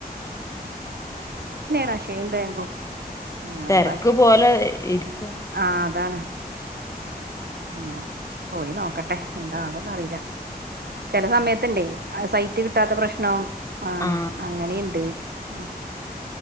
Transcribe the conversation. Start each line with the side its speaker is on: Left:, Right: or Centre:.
Right: അവക്ക് ആ
Left: തെരക്ക്
Right: അപ്പ
Left: പോലെ ഇരിക്കും
Right: ആ അതാണ് പിന്നെ പോയി നോക്കട്ടെ എന്താകുന്ന് അറിയില്ല
Left: ഉം.
Right: ചെല സമയത്ത് ഇണ്ടേ അത് സൈറ്റ് കിട്ടാത്ത പ്രശ്നം ആഹ്
Left: ആ
Right: അങ്ങനെയുണ്ട് ആഹ്